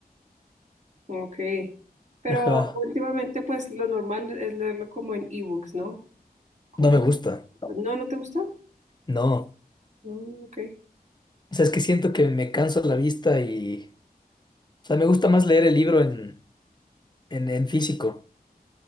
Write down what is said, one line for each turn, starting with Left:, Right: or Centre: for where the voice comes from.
Right: Ok. Pero
Left: Ajá,
Right: últimamente pues lo normal es leerlo como en ebooks, ¿no? Como,
Left: no me gusta.
Right: pues, no, ¿no te gusta?
Left: No,
Right: Mm, ok.
Left: o sea, es que siento que me canso la vista y. O sea, me gusta más leer el libro en, en, en físico.